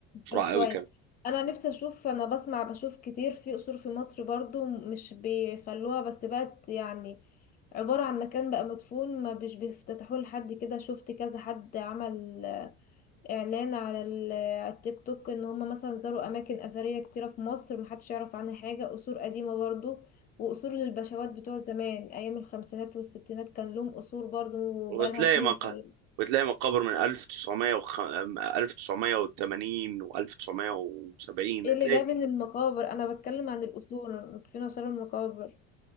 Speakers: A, on the right (about 80°); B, on the left (about 30°).
A: بسرعه
B: طب
A: قوي
B: كويس
A: كمان
B: انا نفسي اشوف انا بسمع بشوف كتير في قصور في مصر برضو مش بيخلوها بس بقت يعني عبارة عن مكان بقى مدفون ما بيش بيفتتحوه لحد كده شفت كذا حد عمل اعلان على ال- على التيك توك ان هم مثلا زاروا اماكن اثرية كتيرة في مصر محدش يعرف عنها حاجة قصور قديمة برضو وقصور للبشوات بتوع زمان ايام الخمسينات والستينات كان لهم قصور برضو
A: وتلاقي
B: بقالها سنين
A: مقا
B: طويلة
A: وتلاقي مقابر من 1900 وخ... 1980 و1970
B: ايه
A: هتلاقي
B: اللي جاي من المقابر انا بتكلم عن الاصول فين اثار المقابر